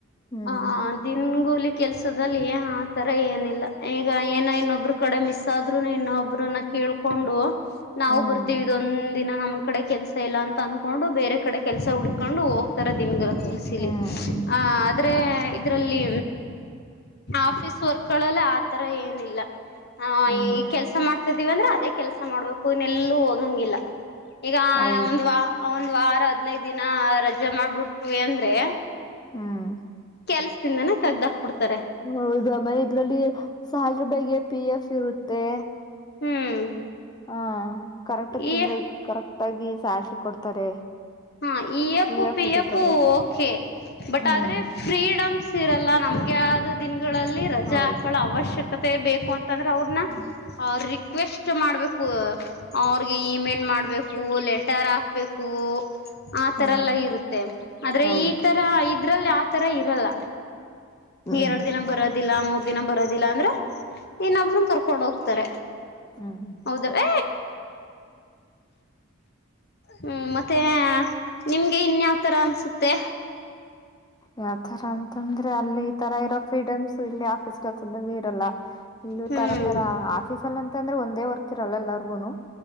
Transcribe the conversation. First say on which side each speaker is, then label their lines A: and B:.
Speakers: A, on the left (about 20°); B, on the left (about 45°).
A: ಹ್ಮ್
B: ಹಾ ದ ಂಗೂಲಿ ಕೆಲ್ಸದಲ್ಲಿ ಏ ಆತರ ಏನಿಲ್ಲ ಈಗ ಏನೋ ಇನ್ನೊಬ್ರು ಕಡೆ ಮಿಸ್ ಆದ್ರು ಇನ್ನೊ ಒಬ್ರನ್ನ ಕೇಳ್ಕೊಂಡು ನಾವು
A: ಹ್ಮ್
B: ಬರ್ತೀವಿ ಇದೊಂದ ದಿನ ನಮ್ ಕಡೆ ಕೆಲ್ಸ ಇಲ್ಲ ಅಂತ ಅನ್ಕೊಂಡು ಬೇರೆ ಕಡೆ ಕೆಲ್ಸ ಹುಡ್ಕೊಂಡು ಹೋಗ್ತಾರ ದಿನಗರ ಕೂಲ್ಸಿಲಿ
A: ಹ್ಮ್
B: ಆ ಆದ್ರೆ ಇದ್ರಲ್ಲಿ ಆಫೀಸ್ ವರ್ಕ್ಲ್ಲ ತರ ಏನಿಲ್ಲ
A: ಹ್ಮ್
B: ಈಗ ಕೆಲ್ಸ ಮಾಡ್ತಾಿದಿವವಿಂದ್ರೆ ಅದ ಅೇ ಕೆಲಸ ಮಾಡ್ಬೇಕು ಇನ್ನ ಎಲ್ಲೂ ಹೋಗಂಗಿಲ್ಲ ಈಗ
A: ಹೌದು
B: ಒಂದ್ ವ ಒಂದ್ ವಾರ ಹದ್ನೈದ ದಿನ ರಜೆ ಮಾಡ್ಬಿಟ್ವಿ ಅಂದ್ರೆ
A: ಹ್ಮ್
B: ಕೆಲ್ಸದಿಂದಾನೇ ತೆಗ್ದಾಕ್ಬಿಡ್ತಾರೆ
A: ಹೌದು ಆಮೇಲೆ ಇದ್ರಲ್ಲಿ ಸಾಲ ರ ಬಾಯಗೆ ಪಿ ಎಫ್ ಇರುತ್ತೆ
B: ಹ್ಮ್
A: ಹ ಕರೆಕ್ಟ್
B: ಈ
A: ತಿಂಗಳ ಕರೆಕ್ಟ್ ಆಗಿ ಸ್ಯಾಲ್ರಿ ಕೊಡ್ತಾರೆ
B: ಹಾ ಈಯಪ್ಪು
A: ಪಿ ಎಫ್
B: ಪಿಯಪ್ಪು
A: ಹಿಡಿತಾರೆ
B: ಓಕೆ ಬಟ್
A: ಹ್ಮ್
B: ಆದ್ರೆ ಫ್ರೀಡಮ್ಸ್ ಇರಲ್ಲ ನಮ್ಗೆ ಆದ್ ದಿನಗಳಲ್ಲಿ ರಜಾ
A: ಹೌದು
B: ಹಾಕಳ ಅವಶ್ಯಕತೆ ಬೇಕು ಅಂತ ಂದ್ರೆ ಅವ್ರನ್ನ
A: ಹ್ಮ್
B: ರಿಕ್ವೆಸ್ಟ್ ಮಾಡ್ಬೇಕು ಅವ್ರಿಗೆ ಇಮೇಲ್ ಮಾಡಬೇಕು ಲೆಟರ್ ಹಾಕ್ಬೇಕು ಆ
A: ಹಾ
B: ತರ ಎಲ್ಲ ಇರುತ್ತೆ ಆದ್ರೆ
A: ಹೌದು
B: ಈ ತರ ಇದ್ರಲ್ಲಿ ಆ ತರ ಇರಲ್ಲ
A: ಹ್ಮ್
B: ಎರಡು ದಿನ ಬರೋದಿಲ್ಲ ಮೂರ್ ದಿನ ಬರೋದಿಲ್ಲ ಿಲ್ಲ ಅಂದ್ರೆ ಇನ್ನೊಬ್ರ ಕರ್ಕೊಂಡ್ ಹೋಗ್ತಾರೆ
A: ಹ್ಮ್
B: ಹೌದ್ರ ಹ್ಮ ಮತ್ತೆ ನಿಮ್ಗೆ ಇನ್ಯಾವ್ತರ ಅನ್ಸುತ್ತೆ
A: ಯಾವ್ತರ ಅಂತಂದ್ರೆ ಅಲ್ಲಿ ಈ ತರ ಇರೋ ಫ್ರೀಡಮ್ಸ್ ಇಲ್ಲಿ ಆಫೀಸ್ ಕೆಲ್ಸದಲ್ಲಿ ಇರಲ್ಲ ಇಲ್ಲ
B: ಹ್ಮ್
A: ತರ ತರ ಆಫೀಸ್ ಅಲ್ಲಿ ಅಂತ ಅಂದ್ರೆ ಒಂದೇ ವರ್ಕ್ ಇರಲ್ಲ ಎಲ್ಲಾರ್ಗುನು